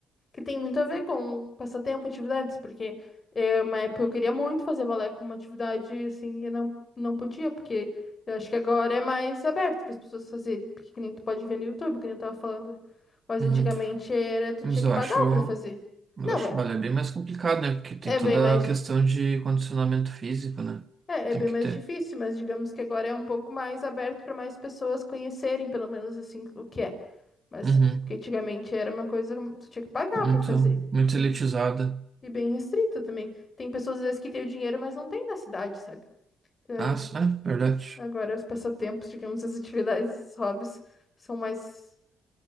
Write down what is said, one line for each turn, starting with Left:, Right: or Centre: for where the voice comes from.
Left: que tem muito a ver com passatempo, atividades, porque é uma época eu queria muito fazer balé como uma atividade, assim, eu não, não podia, porque eu acho que agora é mais aberto para as pessoas fazerem, porque que nem tu pode ver no YouTube, que nem eu tava falando, né? mas
Right: Uhum.
Left: antigamente era, tu tinha
Right: Mas
Left: que
Right: eu
Left: pagar
Right: acho,
Left: para fazer.
Right: mas
Left: Não,
Right: eu acho
Left: é,
Right: balé bem mais complicado, né? Porque tem
Left: é
Right: toda
Left: bem mais,
Right: a questão de condicionamento físico, né?
Left: é, é
Right: Tem
Left: bem
Right: que
Left: mais
Right: ter.
Left: difícil, mas digamos que agora é um pouco mais aberto para mais pessoas conhecerem, pelo menos assim, o que é. Mas,
Right: Uhum.
Left: porque antigamente era uma coisa que tu tinha que pagar
Right: Muito,
Left: para fazer.
Right: muito
Left: né?
Right: elitizada.
Left: E bem restrita também. Tem pessoas, às vezes, que têm o dinheiro, mas não tem na cidade, sabe? Então,
Right: Ah, s- ah, verdade.
Left: agora, os passatempos, digamos, as atividades, os hobbies, são mais,